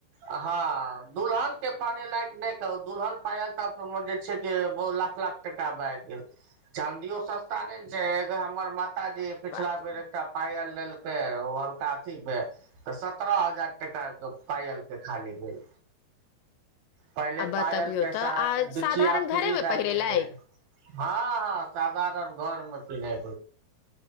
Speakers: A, on the right; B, on the left.
A: हँ। दुलहन के पहने लायक नहि कहू दुलन पायल त जे छै बहु लाख लाख टका भए गेल चाँदियो सस्ता ने ने छै हमर म। जे पिछला
B: बाप
A: बेर
B: रे
A: एकटा पायल। हलका अथी मे त सत्रह हजार टका के पायल। त खाली भेल। पहिले
B: आ
A: पायल
B: बतबियौ
A: के
B: तऽ
A: साथ
B: आ
A: बिछिया
B: साधारण घरे
A: फ्री
B: मे
A: दए
B: पहिरे
A: दै
B: लायक
A: रहै हँ हँ साधारण घरमे पिन्हैे।